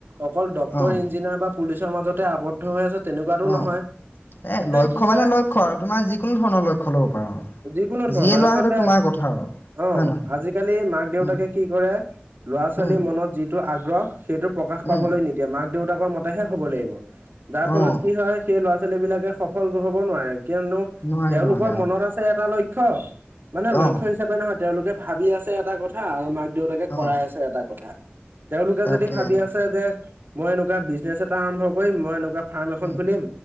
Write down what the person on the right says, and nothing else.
অকল ডক্তৰ
ইঞ্জিনিয়াৰ বা পুলিচৰ মাজতে আৱদ্ধ হৈ আছে তেনেকুৱাতো
নহয়
কি
হয়
যিকোনো
ধৰণৰ
আচলতে
অ
আজিকালি মাক দেউতাকে
কি কৰে ল'ৰা ছোৱালী
মনত যিটো আগ গ্ৰহ সেইটো প্ৰকাশ পাবলৈ
নিদিয়ে মাক দেউতাকৰ মতেহে হ'ব লাগিব যাৰ ফলত
কি হয় সেই ল'ৰা ল'ৰা ছোৱালী বিলাকে সফল হব নোৱাৰে কিয়নো
তেওঁলোকৰ
মনত আছে এটা লক্ষ্য মানে
লক্ষ্য হিচাপে নহয় তেওঁলোকে ভাবি আছে এটা কথা আৰু মাক দেউতাকে কৰাই
আছে এটা কথা তেওঁলোকে
যদি ভাবি
আছে যে মই এনেকুৱা বিজনেছ এটা আৰম্ভ কৰি মই এনেকুৱা ফাৰ্ম এখন
খুলিম